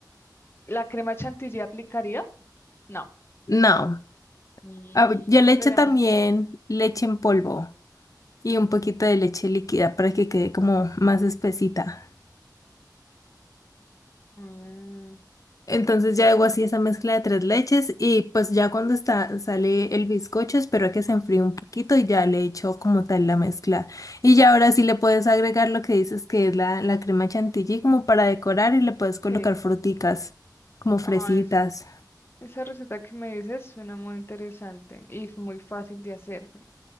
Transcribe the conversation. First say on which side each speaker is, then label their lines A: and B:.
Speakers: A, on the left; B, on the left.
A: ¿La crema chantilly aplicaría? No,
B: No,
A: mm,
B: ah, yo le
A: no
B: echo
A: sería
B: también
A: más como...
B: leche en polvo y un poquito
A: mm,
B: de leche líquida para que quede como más espesita.
A: ah,
B: Entonces ya hago así esa mezcla de tres leches y pues ya cuando está, sale el bizcocho espero a que se enfríe un poquito y ya le echo como tal la mezcla. Y ya ahora sí le puedes agregar lo que dices que es la, la crema chantilly como para decorar y le puedes colocar
A: Sí,
B: fruticas como fresitas.
A: Ay, sí. esa receta que me dices suena muy interesante y f- muy fácil de hacer. porque-